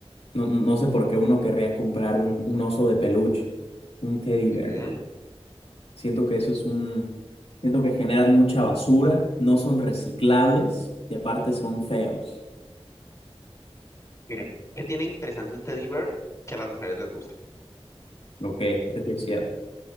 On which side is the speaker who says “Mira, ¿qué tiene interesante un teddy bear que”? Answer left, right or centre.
Left